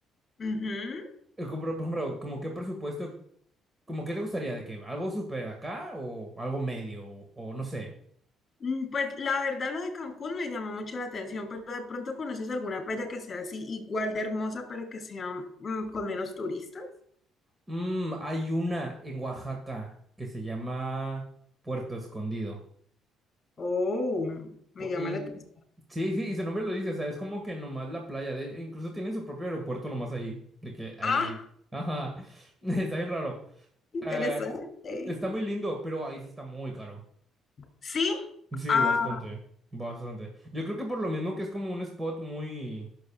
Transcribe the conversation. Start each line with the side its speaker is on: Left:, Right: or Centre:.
Left: Ujú.
Right: Eh, como Por por ejemplo, como qué presupuesto, como qué te gustaría de que algo súper acá o algo medio o, o no sé.
Left: Mm, Pues la verdad lo de Cancún me llamó mucho la atención, pero de pronto conoces alguna playa que sea así igual de hermosa, pero que sea mm, con menos turistas.
Right: Mm, hay una en Oaxaca que se llama Puerto Escondido.
Left: Oh, me
Right: Pu-
Left: llama
Right: Y,
Left: la atención.
Right: sí, sí, y su nombre lo dice, o sea, es como que nomás la playa, de- incluso tiene su propio aeropuerto nomás ahí, de que ahí
Left: Ah,
Right: mi- Ajá, <laughs> está bien raro.
Left: interesante.
Right: Eh, está muy lindo, pero ahí sí está muy caro.
Left: Sí,
Right: Sí,
Left: ah,
Right: bastante, bastante. Yo creo que por lo mismo que es como un spot muy...